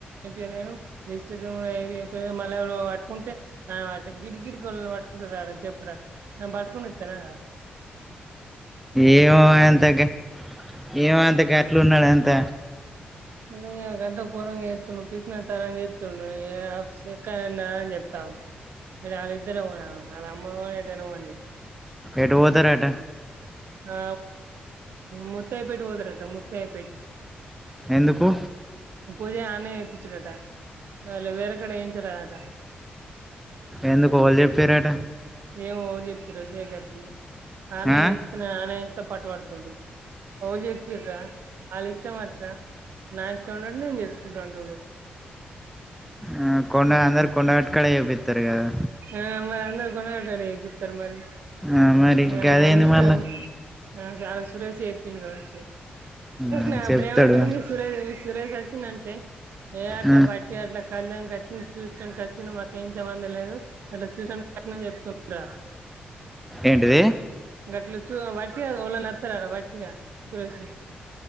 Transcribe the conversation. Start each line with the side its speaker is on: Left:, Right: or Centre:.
Right: ఏపీయలేను నను డిజిట ఏ అయిపోయా మళ్ళీ నువు పట్టుకుంటే ఆ వా గిడి గిడికిళ్ళని పట్టుకుంటార చెప్పురా పట్టుకొ ఇత్తానా ర
Centre: ఏమో ఎంత గ ఏమో అంత గట్లు ఉన్నాడు అంత
Right: ని గంత గొరంగా చేస్తడు పిసినారి తనం చేస్తుండు ని ఆపీస్ లెక్క నువ్వు పిసినస్తారని చెస్తు ఎక్కని చెప్తా అగు ఇడ వాళ్ళ ఇద్దరువమ వాళ్ళ అమ్మని ఎటన్న పోనీ
Centre: ఎటు పోతారంట
Right: ఆ మత్తైపేట రంట మత్తయపేట
Centre: ఎందుకు
Right: పూజ అన్నే ఇప్పించుడట వాళ వేరేక్కడ ఏయించడట
Centre: ఎందుకు ఓలు చెప్పిరట
Right: ఏమో ఎవలు జెపిర్రో సెకర్ కి అన్నే
Centre: ఆ
Right: చె నాయిస్త పట్ పడుతుండు ఓలు చెప్పిర్రా వాళ్ళ ఇష్టంమట్రా నా ఇష్టం ఉన్నట్టు నేను చేసుకుంట అంటుండు
Centre: ఆ కొండ అందరి కొండ గాట్ జెపితారు కదా
Right: ఆ మరి అందరుూ కొనటడిపిస్తారు మరి
Centre: ఆ మరి
Right: ఆ
Centre: గదేంది
Right: అని ఇష్టం
Centre: మళ్ళా
Right: నా చాలా సురేసు చేపిండు కావచ్చు
Centre: ఆ
Right: నా
Centre: చెప్తడు
Right: అప్పుడ ఏమంట సురే సురేష్ వచ్చిడంటే ఏ అట్లా
Centre: ఆ
Right: బట్ అట్లా కళ్ళని వచ్చి చూస్టానికి అచినం మాకేం సంబంధం లేదు అట్లా చూసన్ కస్తుందని చెప్తుార
Centre: ఏంటిది
Right: గట్లు చు వాటిగా ఓళన నత్తర ర వాటిగా సురేష్